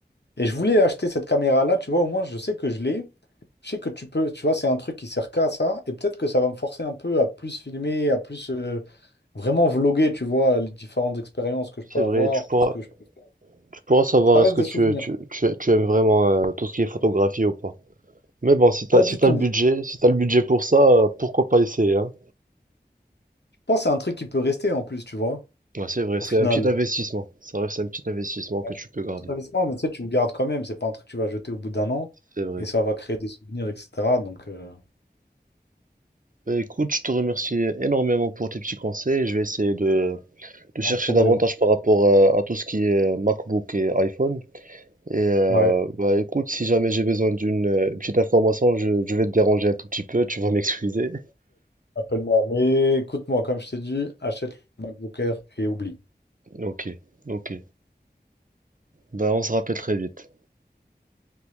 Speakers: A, on the left; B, on the right.
A: Et je voulais acheter cette caméra-là, tu vois, au moins je sais que je l'ai. Je sais que tu peux, tu vois, c'est un truc qui sert qu'à ça. Et peut-être que ça va me forcer un peu à plus filmer, à plus euh, vraiment vloguer, tu vois, les différentes expériences que je peux
B: C'est vrai,
A: avoir,
B: tu pourras.
A: tout ce que je peux faire.
B: Tu pourras savoir
A: Ça reste
B: est-ce que
A: des
B: tu,
A: souvenirs.
B: tu, tu, tu aimes vraiment euh, tout ce qui est photographie ou pas. Mais bon, si t'as,
A: Pas
B: si
A: du
B: t'as
A: tout.
B: le budget, si t'as le budget pour ça, euh, pourquoi pas essayer, hein?
A: Je pense que c'est un truc qui peut rester en plus, tu vois,
B: Ouais, c'est vrai,
A: au
B: c'est
A: final.
B: un petit investissement. Ça reste un petit investissement que
A: Ouais,
B: tu peux garder.
A: c'est un investissement, mais tu sais, tu le gardes quand même. C'est pas un truc que tu vas jeter au bout d'un an
B: C'est vrai.
A: et ça va créer des souvenirs, etc. Donc, euh,
B: Bah, écoute, je te remercie énormément pour tes petits conseils. Je vais essayer de, de chercher
A: pas de problème.
B: davantage par rapport à, à tout ce qui est euh, MacBook et iPhone. Et euh,
A: Ouais,
B: bah écoute, si jamais j'ai besoin d'une euh, petite information, je, je vais te déranger un tout petit peu, tu vas m'excuser.
A: appelle-moi. Mais écoute-moi, comme je t'ai dit, achète le MacBook Air et oublie.
B: Ok, ok. Bah on se rappelle très vite.